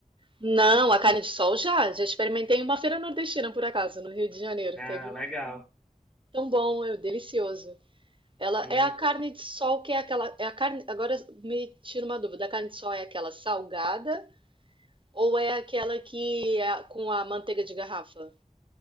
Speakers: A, on the right; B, in the centre.
A: não, a carne de sol já. Já experimentei em uma feira nordestina, por acaso, no Rio de Janeiro.
B: Ah,
A: Teve uma.
B: legal.
A: Tão bom, é delicioso. Ela
B: Sim,
A: é a carne de sol que é aquela. É a carne. Agora me tira uma dúvida. A carne de sol é aquela salgada ou é aquela que é com a manteiga de garrafa?